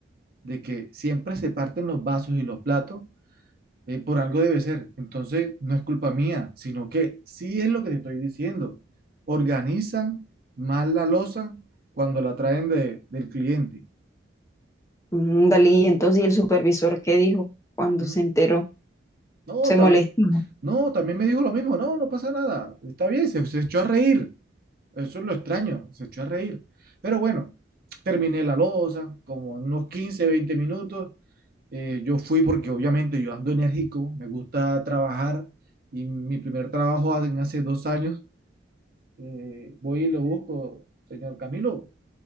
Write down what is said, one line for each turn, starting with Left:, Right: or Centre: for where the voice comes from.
Right: de que siempre se parten los vasos y los platos, eh, por algo debe ser. Entonces, no es culpa mía, sino que sí es lo que te estoy diciendo. Organizan mal la loza cuando la traen de, del cliente.
Left: Ándale, y entonces ¿y el supervisor qué dijo cuando
Right: ¿Mm?
Left: se enteró?
Right: No,
Left: Se
Right: Sí.
Left: molestó.
Right: también No, también me dijo lo mismo, no, no pasa nada, está bien, se, se echó a reír, eso es lo extraño, se echó a reír. Pero bueno, terminé la loza, como unos quince, veinte minutos, eh, yo fui porque obviamente yo ando enérgico, me gusta trabajar y mi primer trabajo en hace dos años, eh, voy y lo busco, señor Camilo,